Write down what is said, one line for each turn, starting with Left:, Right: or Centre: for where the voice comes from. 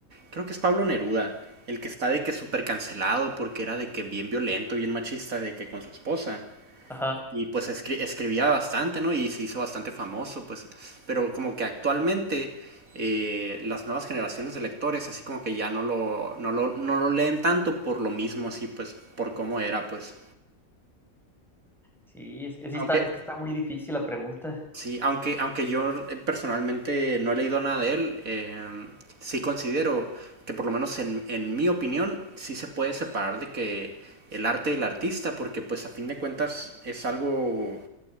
Right: creo que es Pablo Neruda, el que está de que súper cancelado porque era de que bien violento, bien machista, de que con su esposa.
Centre: ajá,
Right: Y pues escri- escribía bastante, ¿no? Y se hizo bastante famoso, pues. Pero como que actualmente eh, las nuevas generaciones de lectores, así como que ya no lo, no lo, no lo leen tanto por lo mismo, así pues, por cómo era, pues.
Centre: sí, es, que sí
Right: Aunque,
Centre: está, es que está muy difícil la pregunta.
Right: sí, aunque, aunque yo eh, personalmente no he leído nada de él, em, sí considero que por lo menos en, en mi opinión, sí se puede separar de que el arte del artista, porque pues a fin de cuentas es algo